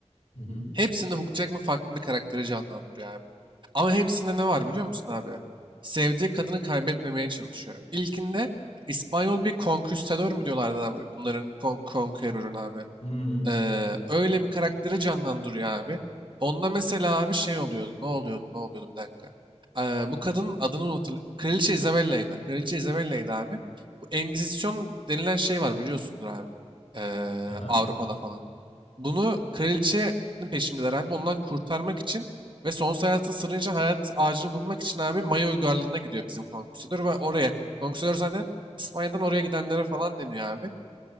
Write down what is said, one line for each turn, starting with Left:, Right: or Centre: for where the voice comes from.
Left: Hı hı.
Right: Hepsinde Hugh Jackman farklı bir karakteri canlandırıyor abi. Ama hepsinde ne var biliyor musun abi? Sevdiği kadını kaybetmemeye çalışıyor. İlkinde İspanyol bir konküstador mu diyorlardı abi? Bunların kon konqueror'un abi.
Left: Hı.
Right: Ee, öyle bir karakteri canlandırıyor abi. Onda mesela abi şey oluyordu. Ne oluyordu? Ne oluyordu? Bir dakika. Ee, bu kadının adını unutur. Kraliçe Isabella'ydı. Kraliçe Isabella'ydı abi. Bu Engizisyon denilen şey var biliyorsundur abi. Ee,
Left: Aha.
Right: Avrupa'da falan. Bunu kraliçenin peşindeler abi. Ondan kurtarmak için ve sonsuz hayatın sırrınca hayat ağacını bulmak için abi Maya uygarlığına gidiyor bizim konküsör ve oraya. Konküsör zaten İspanya'dan oraya gidenlere falan deniyor abi